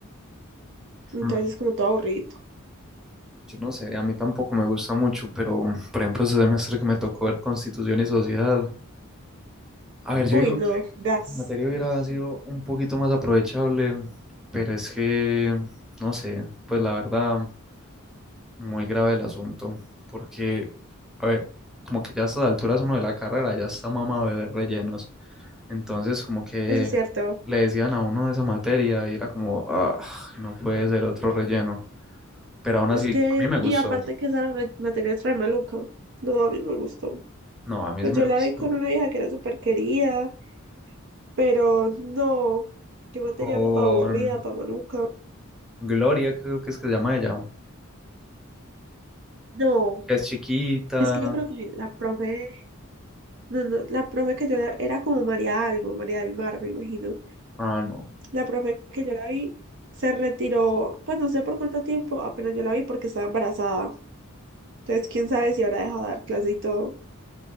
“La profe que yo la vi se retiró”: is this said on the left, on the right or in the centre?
Right